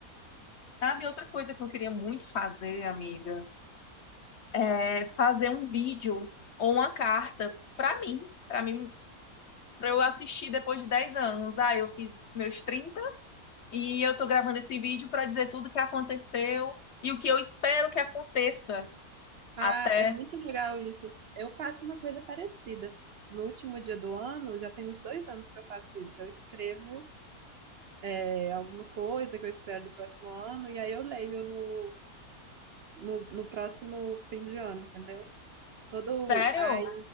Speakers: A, on the left; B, on the right.
A: Sabe, outra coisa que eu queria muito fazer, amiga? é, fazer um vídeo ou uma carta para mim, para mim, para eu assistir depois de 10 anos. Ah, eu fiz meus 30 e eu tô gravando esse vídeo para dizer tudo que aconteceu e o que eu espero que aconteça
B: Ah,
A: até.
B: é muito legal isso. Eu faço uma coisa parecida. No último dia do ano, já tem uns dois anos que eu faço isso. Eu escrevo, é, alguma coisa que eu espero do próximo ano, e aí eu leio no, no, no próximo fim de ano, entendeu? Todo.
A: Sério?
B: Aí,